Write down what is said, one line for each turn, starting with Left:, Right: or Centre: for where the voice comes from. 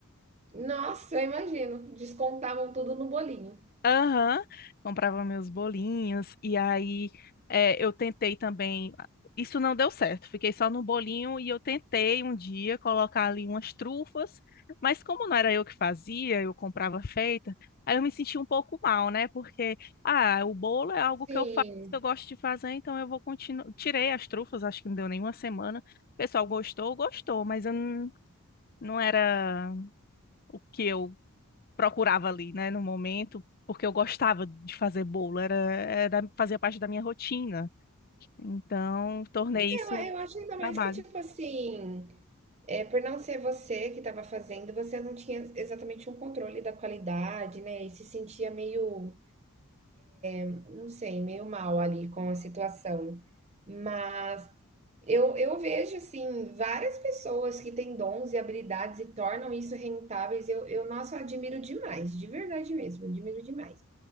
Right: Nossa, eu imagino. Descontavam tudo no bolinho.
Left: Aham, comprava meus bolinhos e aí é, eu tentei também. Isso não deu certo, fiquei só no bolinho e eu tentei um dia colocar ali umas trufas, mas como não era eu que fazia, eu comprava feita, aí eu me senti um pouco mal, né? Porque, ah, o bolo é algo
Right: Sim.
Left: que eu faço, que eu gosto de fazer, então eu vou continuar. Tirei as trufas, acho que não deu nenhuma semana. O pessoal gostou, gostou, mas eu não, não era o que eu procurava ali, né, no momento, porque eu gostava de fazer bolo, era, era fazia parte da minha rotina. Então, tornei
Right: Eu,
Left: isso
Right: eu acho ainda
Left: trabalho.
Right: mais que, tipo assim, é, por não ser você que estava fazendo, você não tinha exatamente um controle da qualidade, né? E se sentia meio não sei, meio mal ali com a situação. Mas eu, eu vejo, assim, várias pessoas que têm dons e habilidades e tornam isso rentáveis. Eu, eu nossa, eu admiro demais, de verdade mesmo, admiro demais.